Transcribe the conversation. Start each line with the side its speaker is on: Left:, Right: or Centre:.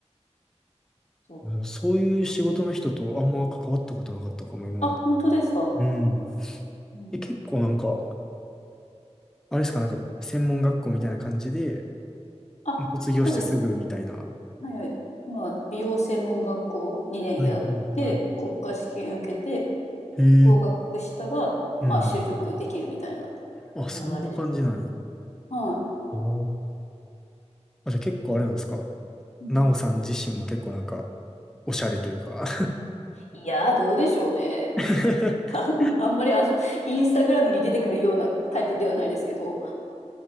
Left: そう。
Centre: あのそういう仕事の人とあんま関わったことなかったかも、今まで。
Left: あ、本当ですか
Centre: うん。
Left: うん、
Centre: え、結構なんか、あれですか、なんか、専門学校みたいな感じで、
Left: あ、
Centre: 卒業してすぐみたいな。
Left: そうです。
Centre: は
Left: はいはい。今、美容専門学校2年やって、
Centre: いはいは
Left: 国家試験受けて、
Centre: い。ええ。
Left: 合格したら、
Centre: うん
Left: まあ、就職できるみたいな
Centre: うん。あ、
Left: 流れです。
Centre: そんな感じなんや。
Left: はい。
Centre: あーあ、じゃあ結構あれなんですか。
Left: うん、
Centre: なおさん自身も結構なんか、おしゃれというか
Left: いやー、どうでしょうね。
Centre: <laughs>
Left: か <laughs> あんまりあの、インスタグラムに出てくるようなタイプではないですけど、